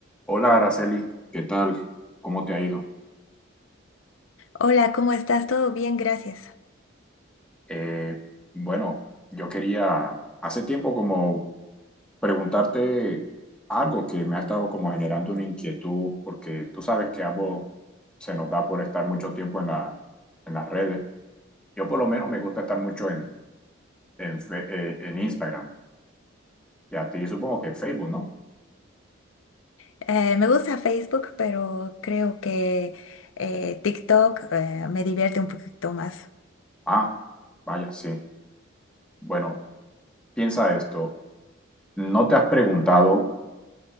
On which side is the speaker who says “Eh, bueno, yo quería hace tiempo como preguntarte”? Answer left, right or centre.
Centre